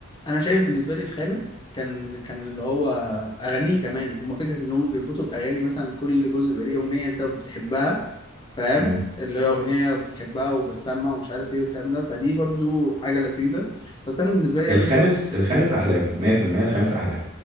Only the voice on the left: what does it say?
انا شايف بالنسبه لي الخامس كان كان اللي هو اغانيه كمان هم فكره ان هم بيربطوا الاغاني مثلا كل جزء يبقى ليه اغنيه انت بتحبها فاهم
اللي هي اغنيه بتحبها وبتسمع ومش عارف ايه والكلام ده فدي برضو حاجه لذيذه بس انا بالنسبه لي يعني
ف...